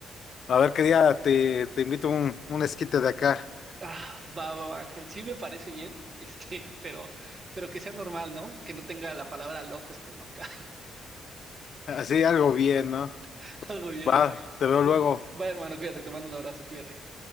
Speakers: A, on the left (about 55°); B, on the right (about 45°).
A: A ver qué día te, te invito un, un esquite de acá.
B: Ah, va, va, va, Ángel, sí me parece bien, <laughs> este, pero, pero que sea normal, ¿no? Que no tenga la palabra locos como acá,
A: Así algo bien, ¿no?
B: <laughs> algo bien.
A: Va, te veo
B: Bueno,
A: luego.
B: va hermano, cuídate, te mando un abrazo, cuídate.